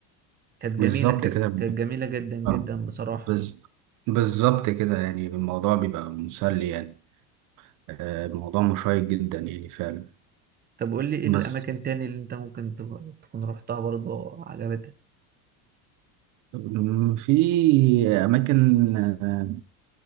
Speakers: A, on the right; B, on the right.
A: كانت
B: بالظبط
A: جميله ك-
B: كده
A: كانت جميله جدا جدا
B: آه
A: بصراحه
B: بز... بالظبط كده يعني الموضوع بيبقى مسلي يعني آه الموضوع مشيق جدا يعني فعلا
A: طب قول لي ايه الاماكن
B: بس
A: تاني اللي انت ممكن ت- تكون رحتها برضه عجبتك
B: أمم، في أماكن آه،